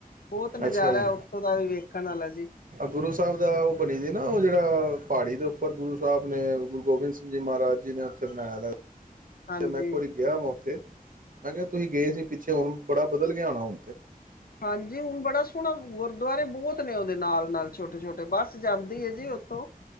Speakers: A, on the left (about 80°); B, on the right (about 65°).
A: ਬਹੁਤ ਨਜ਼ਾਰਾ
B: ਅੱਛਾ ਜੀ
A: ਉੱਥੋਂ ਦਾ ਵੀ ਵੇਖਣ ਵਾਲਾ ਜੀ।
B: ਗੁਰੂ ਸਾਹਿਬ ਦਾ ਉਹ ਬਣੀ ਸੀ ਨਾ ਉਹ ਜਿਹੜਾ ਪਹਾੜੀ ਦੇ ਉੱਪਰ ਗੁਰੂ ਸਾਹਿਬ ਨੇ ਗੁਰੂ ਗੋਬਿੰਦ ਸਿੰਘ ਜੀ ਮਹਾਰਾਜ ਜੀ ਨੇ। ਬਣਾਇਆ ਦਾ।
A: ਹਾਂਜੀ
B: ਤੇ ਮੈਂ ਇੱਕ ਵਾਰੀ ਗਿਆ ਵਾ ਉੱਥੇ ਮੈਂ ਕਿਹਾ ਤੁਸੀਂ ਗਏ ਸੀ ਪਿੱਛੇ ਹੁਣ ਬੜਾ ਬਦਲ ਗਿਆ ਹੋਣਾ ਹੁਣ ਤੇ।
A: ਹਾਂਜੀ, ਹੁਣ ਬੜਾ ਸੋਹਣਾ ਗੁਰਦੁਆਰੇ ਬਹੁਤ ਨੇ ਉਹਦੇ ਨਾਲ ਨਾਲ ਛੋਟੇ ਛੋਟੇ ਬਸ ਜਾਂਦੀ ਹੈ ਜੀ ਉੱਥੋਂ